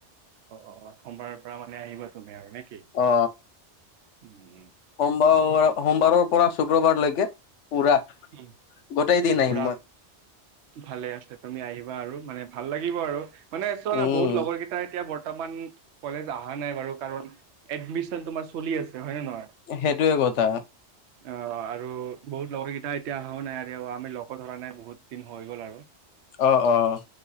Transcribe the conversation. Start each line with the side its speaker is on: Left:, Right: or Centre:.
Right: অ অ সোমবাৰৰ পৰা মানে আহিবা তুমি আৰু নেকি?
Left: অ
Right: উম -
Left: সোমবাৰ সোমবাৰৰ পৰা শুক্ৰবাৰলৈকে পুৰা
Right: উম
Left: গোটেই দিন আহিম
Right: ফুৰা
Left: মই
Right: ভালে আছে তুমি আহিবা আৰু মানে ভাল লাগিব আৰু, মানে চোৱা
Left: উম
Right: না বহুত লগৰকেইটা এতিয়া বৰ্তমান কলেজ আহা নাই বাৰু কাৰণ এডমিছন তোমাৰ চলি আছে হয় নে নহয়?
Left: সেইটোয়ে কথা।
Right: অঁ আৰু বহুত লগৰ কেইটা এতিয়া অহাও নাই আৰু আমি ল'গো ধৰা নাই বহুত দিন হৈ গ'ল আৰু।
Left: অ', অ ',